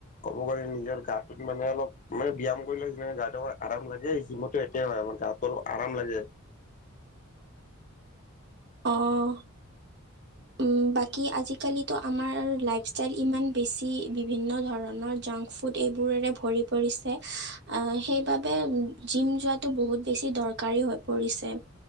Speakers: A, on the left; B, on the right.
A: ক'ব গ'লে নিজৰ গাটোত মানে অলপ মানে ব্যায়াম কৰিলে যেনে গাটো অ আৰাম লাগে জিমতো একে হয় মানে। গাতো অলপ আৰাম লাগে।
B: অ' উম বাকী, আজিকালিতো আমাৰ লা ল ইমান বেছি, বিভিন্ন ধৰণ নৰ জাংক ফুড এইবোৰৰে ভৰি পৰিছে, সেইবাবে জিম যোৱাটো বহু হুত বেছি দৰকাৰি হৈ পৰিছে,